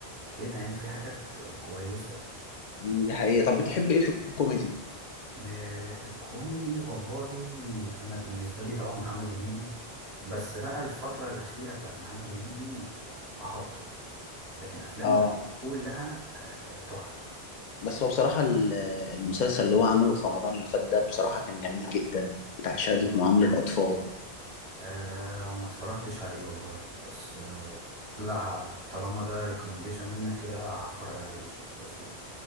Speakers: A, on the right (about 75°); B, on the left (about 55°).
A: كده يعني في حاجات كويسه
B: مم، دي حقيقيه طب بتحب ايه في الكوميدي
A: آه، الكوميدي والله انا بالنسبه لي طبعا محمد هنيدي بس بقى الفتره الاخيره بتاعت محمد هنيدي هابطه لكن افلامه
B: اه
A: القديمه كلها آه، تحفه
B: بس هو بصراحه ال- المسلسل اللي هو عمله في رمضان اللي فات ده بصراحه كان جميل جدا بتاع شهاده
A: يعني
B: معامله اطفال
A: أه ما اتفرجتش عليه والله بس أه لا ه- طالما ده ريكومنديشن منك كده آه، هتفرج عليه ان شاء الله بس